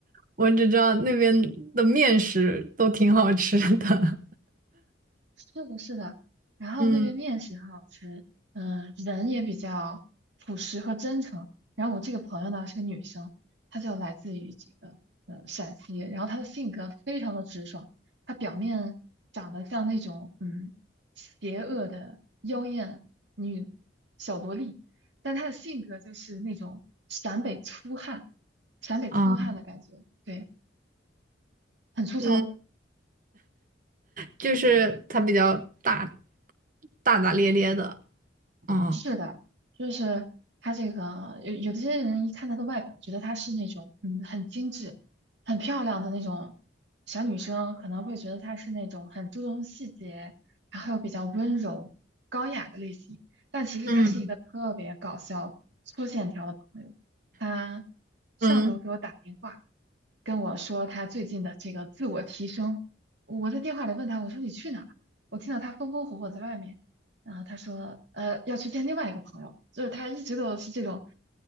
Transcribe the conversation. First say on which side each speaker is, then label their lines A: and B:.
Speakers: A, on the right; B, on the right.
A: 我只知道那边的面食都挺好吃的。
B: 是的，是的，
A: <laughs>
B: 然后那边面食很好吃，
A: 嗯
B: 嗯，人也比较朴实和真诚。然后我这个朋友呢是个女生，她就来自于这个呃陕西，然后她的性格非常的直爽，她表面长得像那种嗯邪恶的妖艳女小萝莉，但她的性格就是那种陕北粗汉、陕北糙汉的感觉，
A: 啊，
B: 对，很粗糙。
A: 嗯，就是他比较大大大咧咧的。哦，
B: 是的，就是他这个有有的些人一看她的外表，觉得她是那种嗯很精致、很漂亮的那种小女生，可能会觉得她是那种很注重细节，然后又比较温柔、高雅的类型。但其实她是一个特别搞笑、
A: 嗯
B: 粗线条的朋友。她上周给我打电话，
A: 嗯，
B: 跟我说他最近的这个自我提升。我在电话里问他，我说你去哪儿我听到他风风火火在外面，然后他说，呃，要去见另外一个朋友，就是他一直都是这种，